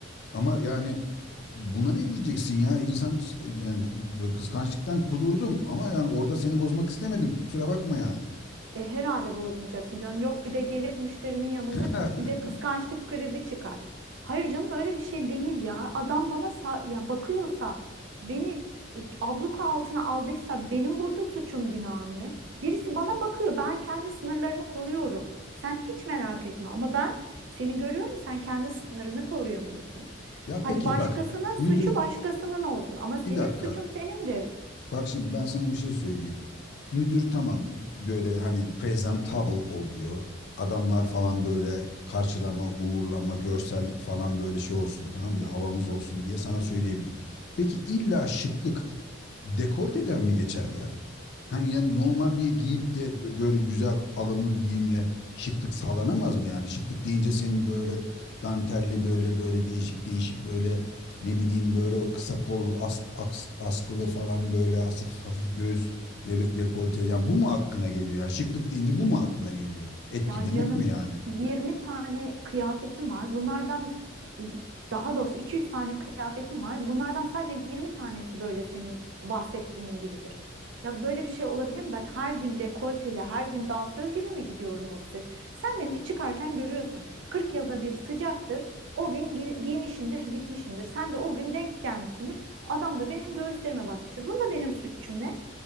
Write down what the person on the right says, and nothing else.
E, herhalde bozmayacaksın canım. Yok bir de gelip müşterinin yanında
bir de kıskançlık krizi çıkar. Hayır canım öyle bir şey değil ya. Adam bana sa- ya bakıyorsa beni e, abluka altına aldıysa benim burada suçum günahım ne? Birisi bana bakıyor. Ben kendi sınırlarımı koruyorum. Sen hiç merak etme ama ben seni görüyorum sen kendi sınırını koruyamıyorsun.
Hadi
başkasının
suçu başkasının olsun ama senin
suçun senindir.
Ya canım
20 tane kıyafetim var. Bunlardan e, daha doğrusu 200 tane kıyafetim var. Bunlardan sadece 20 tanesi böyle senin bahsettiğin gibidir. Ya böyle bir şey olabilir mi? Ben her gün dekolteli, her gün dansöz gibi mi gidiyorum ofise? Sen beni çıkarken görüyorsun. 40 yılda bir sıcaktır. O gün gi- giymişimdir, gitmişimdir. Sen de o gün denk gelmişsindir. Adam da benim göğüslerime bakmıştır. Bunda benim suçum ne?